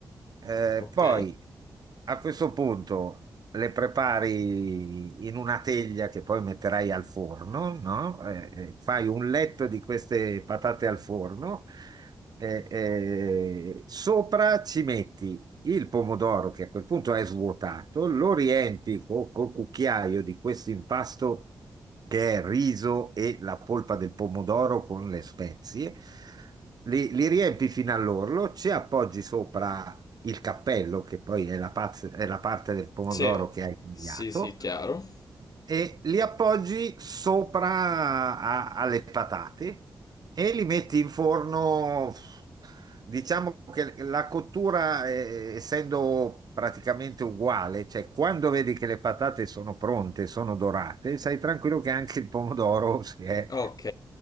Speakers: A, on the right; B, on the left.
A: Eh,
B: ok.
A: poi a questo punto le prepari in una teglia che poi metterai al forno, no? Eh, eh, fai un letto di queste patate al forno, eh, eh, sopra ci metti il pomodoro che a quel punto è svuotato, lo riempi co- col cucchiaio di questo impasto che è riso e la polpa del pomodoro con le spezie, li, li riempi fino all'orlo, ci appoggi sopra il cappello, che poi è la, paz- è la parte del pomodoro
B: Sì,
A: che hai tagliato,
B: sì, sì, chiaro.
A: e li appoggi sopra a- alle patate e li metti in forno. Diciamo che la cottura, eh, essendo praticamente uguale, cioè quando vedi che le patate sono pronte, sono dorate, sai tranquillo che anche il pomodoro <laughs> si è,
B: Ok,